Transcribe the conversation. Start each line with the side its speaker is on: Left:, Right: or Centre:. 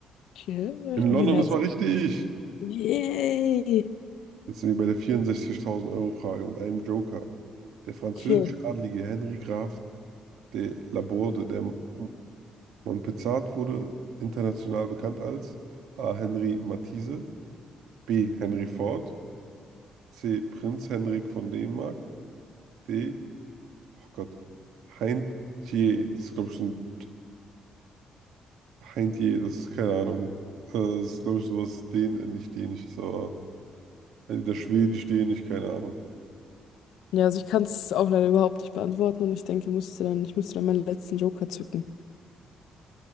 Left: Hier, ja,
Right: In
Left: ich nehme
Right: London,
Left: die Mehrzahl.
Right: das war richtig.
Left: Yay!
Right: Jetzt sind wir bei der 64.000 Euro Frage mit einem Joker. Der französische
Left: Okay.
Right: Adlige Henri Graf de Laborde, der M- Montpezat wurde, international bekannt als A. Henri Matisse, B. Henry Ford, C. Prinz Henrik von Dänemark, D. Oh Gott, Heintje, das ist glaube ich schon Heintje, das ist keine Ahnung. Äh, Das ist glaube ich sowas den äh, nicht Dänisches, aber. Also Entweder Schwedisch, Dänisch, keine Ahnung.
Left: Ja, also ich kann es auch leider überhaupt nicht beantworten und ich denke, musste dann, ich müsste dann meinen letzten Joker zücken.